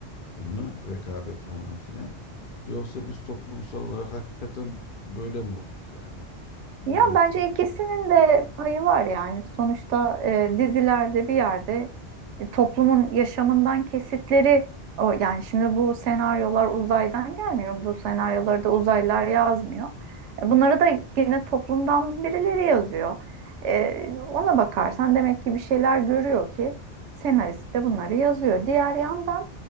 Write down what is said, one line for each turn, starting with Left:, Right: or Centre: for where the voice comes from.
Left: mı rekabet falan filan yoksa biz toplumsal olarak hakikaten böyle mi olduk yani? Ne
Right: Ya
Left: diyorsun?
Right: bence ikisinin de payı var yani. Sonuçta e, dizilerde bir yerde e, toplumun yaşamından kesitleri o yani şimdi bu senaryolar uzaydan gelmiyor. Bu senaryoları da uzaylılar yazmıyor. E, bunları da yine toplumdan birileri yazıyor. E, ona bakarsan demek ki bir şeyler görüyor ki senarist de bunları yazıyor. Diğer yandan